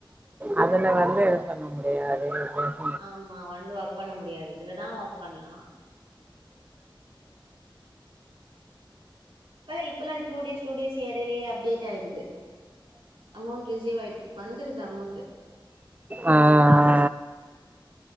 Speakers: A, on the right; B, on the right.
A: அதுல வந்து இ பண்ண முடியாது இது
B: ஆமா வந்து ஒர்க் பண்ண முடியாது இதுலதா ஒர்க் பண்லா ஏ இப்பல்லா டூடேஸ் டூடேஸ் இடையிலயே அப்டேட் ஆயிடுது அமௌண்ட் ரிசீவ் ஆயிது வந்துடுது அமௌண்ட்டு
A: ஆ அ